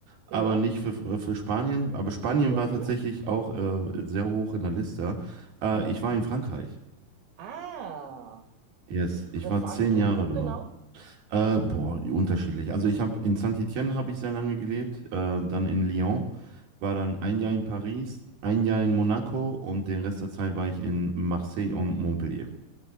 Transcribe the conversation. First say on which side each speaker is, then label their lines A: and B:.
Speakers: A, on the right (about 60°); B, on the right (about 80°).
A: aber
B: Ja,
A: nicht für, äh, für Spanien. Aber Spanien
B: wo warst
A: war tatsächlich
B: du?
A: auch äh, sehr hoch in der Liste. Äh,
B: Aha.
A: ich war in Frankreich.
B: Ah,
A: Yes,
B: interessant.
A: ich war zehn Jahre
B: Und wo
A: dort.
B: genau?
A: Äh, boah, unterschiedlich. Also ich habe in Saint-Étienne habe ich sehr lange gelebt, äh, dann in Lyon, war dann ein
B: Mhm.
A: Jahr in Paris, ein Jahr in Monaco und den Rest der Zeit war ich in Marseille und Montpellier.